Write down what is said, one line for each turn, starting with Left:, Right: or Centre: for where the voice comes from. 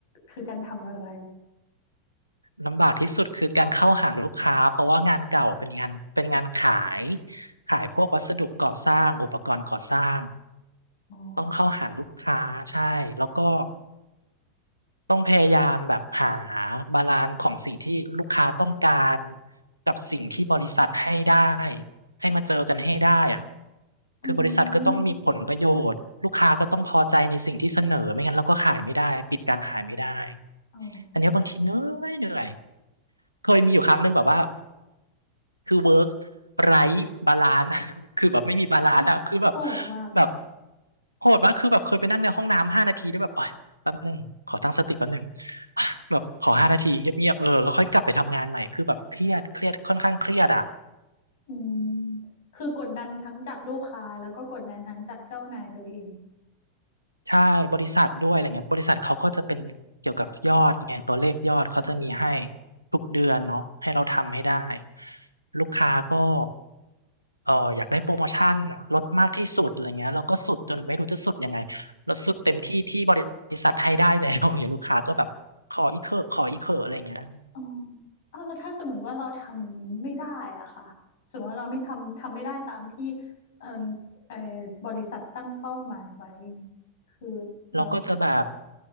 Left: คือการทำอะไร
Right: ลำบากที่สุดคือการเข้าหาลูกค้า เพราะว่างานเก่าเป็นงานเป็นงานขายขายพวกวัสดุก่อสร้างอุปกรณ์ก่อสร้าง
Left: อ๋อ
Right: ต้องเข้าหาลูกค้าใช่แล้วก็ต้องพยายามแบบหาบาลานซ์ของสิ่งที่ลูกค้าต้องการกับสิ่งที่บริษัทให้ได้ให้มาเจอกันให้ได้อะ
Left: อื
Right: คือบริษัทก็ต้องมีผลประโยชน์ลูกค้าก็ต้องพอใจในสิ่งที่เสนอไม่งั้นเราก็ขายไม่ได้ปิดการขายไม่ได้
Left: มอ๋อ
Right: อันเนี้ยบางทีเหนื่อยเหนื่อยเคยมีอยู่ครั้งหนึ่งแบบว่า คือเวิร์กไร้บาลานซ์ <laughs> คือแบบไม่มีบาลานซ์อะคือแบบ
Left: โหดมาก
Right: แบบโหดมากคือแบบเคยไปนั่งในห้องน้ำห้านาทีแล้วยแบบโอ๊ยแป๊บนึงขอตั้งสติแป๊บนึง <sighs> แบบขอห้านาทีเงียบๆเออแล้วค่อยกลับไปทำงานใหม่คือแบบเครียดเครียดค่อนข้างเครียดอะ
Left: อืม คือกดดันทั้งจากลูกค้าแล้วก็กดดันทั้งจากเจ้านายตัวเอง
Right: ใช่บริษัทด้วยอะไรเงี้ยบริษัทเขาก็จะเป็นเกี่ยวกับยอดไงตัวเลขยอดเขาจะมีให้ทุกเดือนเนาะให้เราทำให้ได้ลูกค้าก็เอออยากได้โปรโมชั่นลดมากที่สุดอะไรเงี้ยเราก็สุดจนไม่รู้จะสุดยังไงเราสุดเต็มที่ที่บริษัทให้ได้แล้ว <laughs> อย่างเงี้ยลูกค้าก็แบบขออีกเถอะขออีกเถอะอะไรเงี้ย
Left: อ๋อเอาแล้วถ้าสมมติว่าเราทำไม่ได้อะค่ะสมมติว่าเราไม่ทำทำไม่ได้ตามที่เออเออบริษัทตั้งเป้าหมายไว้ คือเรา
Right: เราก็จะแบบ